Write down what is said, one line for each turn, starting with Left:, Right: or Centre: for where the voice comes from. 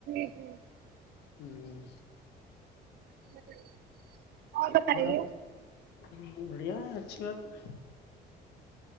Right: <inaudible>
Left: <inaudible>
Right: <inaudible> <unintelligible>
Left: اور آپ <unintelligible>